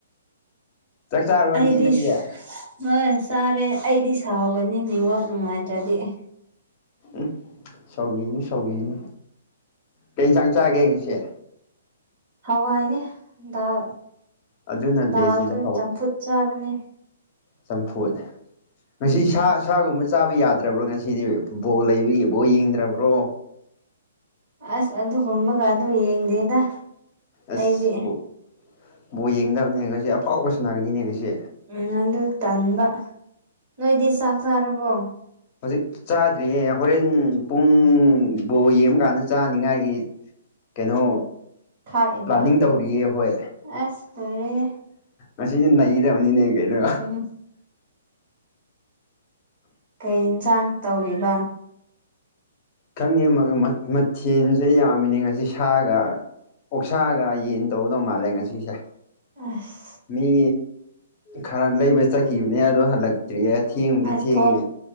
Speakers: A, on the left; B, on the right.
A: ꯆꯥꯛ ꯆꯥꯔꯕꯣ ꯑꯟꯇꯤ
B: ꯑꯗꯤ
A: ꯅꯪꯗꯤ
B: ꯍꯣꯏ ꯁꯔꯦ ꯑꯗꯤ ꯁꯥꯎꯒꯅꯤ ꯅꯤꯡꯋꯥꯛ ꯅꯨꯡꯉꯥꯏꯇ꯭ꯔꯗꯤ ꯑꯦ
A: ꯎ ꯁꯥꯎꯤꯅꯤ ꯁꯥꯎꯤꯅꯤ ꯀ ꯏꯟꯁꯥꯡ ꯆꯥꯒꯦꯡ ꯉꯁꯤꯦ
B: ꯍꯋꯥꯏꯅꯦ ꯗꯥꯜ
A: ꯑꯗꯨꯅ ꯕꯦꯁꯅꯤꯗ
B: ꯗꯥꯜꯗꯨꯣ ꯆꯝꯐꯨꯠ ꯆꯥꯕꯅꯦ
A: ꯆꯝꯐꯨꯅꯤ ꯉꯁꯤ
B: ꯎꯝ
A: ꯁꯥ ꯁꯥꯒꯨꯝꯕ ꯆꯥꯕ ꯌꯥꯗ꯭ꯔꯕ꯭ꯔꯣ ꯉꯁꯤꯗꯤ ꯕꯣ ꯂꯩꯕꯒꯤ ꯕꯣ ꯌꯦꯡꯗ꯭ꯔꯕ꯭ꯔꯣ
B: ꯑꯁ ꯑꯗꯨꯒꯨꯝꯕꯒ ꯑꯗꯨ ꯌꯦꯡꯗꯦꯗ
A: ꯑꯁ
B: ꯑꯩꯗꯤ
A: ꯕꯣ ꯕꯣ ꯌꯦꯡꯒꯗꯕꯅꯦ ꯉꯁꯦ ꯑꯐꯥꯎꯕ ꯁꯥꯟꯅꯥꯒꯅꯤꯅꯦ ꯉꯁꯦ
B: ꯎꯝ ꯑꯗꯨ ꯇꯟꯕ ꯅꯣꯏꯗꯤ ꯆꯥꯛ ꯆꯥꯔꯕꯣ
A: ꯍꯧꯖꯤꯛ ꯆꯥꯗ꯭ꯔꯤꯌꯦ ꯍꯣꯔꯦꯟ ꯄꯨꯡꯕꯨꯧ ꯌꯦꯡꯕꯀꯥꯟꯗ ꯆꯥꯅꯤꯡꯉꯥꯏꯒꯤ ꯀꯩꯅꯣ
B: ꯎꯝ ꯈꯥꯛꯏꯕ
A: ꯄ꯭ꯂꯥꯅꯤꯡ ꯇꯧꯔꯤꯌꯦ ꯍꯣꯏ
B: ꯑꯁ ꯂꯣꯏꯔꯦꯍꯦ
A: ꯅꯗ ꯑꯃꯅꯤꯅꯤꯅꯦ ꯀꯩꯗ
B: ꯎꯝ ꯀꯩ ꯑꯦꯟꯁꯥꯡ ꯇꯧꯔꯤꯕ
A: ꯈꯪꯉꯦ ꯃꯊꯦꯜꯁꯦ ꯌꯥꯝꯃꯤꯅꯦ ꯉꯁꯤ ꯁꯥꯒ ꯑꯣꯛꯁꯥꯒ ꯌꯦꯟ ꯇꯧꯒꯗꯧ ꯃꯥꯜꯂꯦ ꯉꯁꯤꯁꯦ
B: ꯑꯁ
A: ꯃꯤ ꯈꯔ ꯂꯩꯕ ꯆꯠꯈꯤꯕꯅꯦ ꯑꯣ ꯍꯜꯂꯛ ꯠꯇꯔꯤ ꯊꯦꯡꯡꯗꯤ
B: ꯑꯁ
A: ꯊꯦꯡ
B: ꯊꯣꯡ